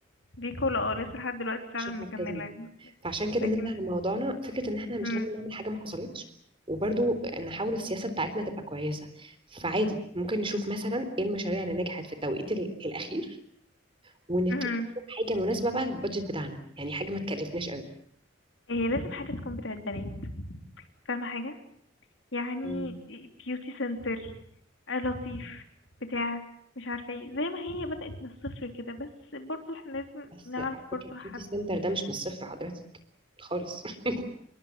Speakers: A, on the left; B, on the right.
A: في كولا اه لسه لحد دلوقتي فعلا
B: شفنا
A: مكملة
B: في كذا مكان فعشان كده
A: لكن
B: نرجع لموضوعنا فكره ان احنا مش
A: امم
B: لازم نعمل حاجه ما حصلتش وبرضو نحاول السياسه بتاعتنا تبقى كويسه فعادي ممكن نشوف مثلا ايه المشاريع اللي نجحت في التوقيت ال- الاخير ونتفق
A: امم
B: نشوف حاجة مناسبة بقى للبادجت بتاعنا يعني حاجة ما تكلفناش قوي
A: هي لازم حاجة تكون بتاعت بنات فاهمة حاجة يعني
B: مم.
A: بيوتي سنتر آه لطيف بتاع مش عارفة ايه زي ما هي بدأت من الصفر كده بس برضو احنا لازم
B: بس
A: نعرف
B: على
A: برضو
B: فكرة
A: حد
B: بيوتي سنتر ده مش من الصفر حضرتك خالص <laughs>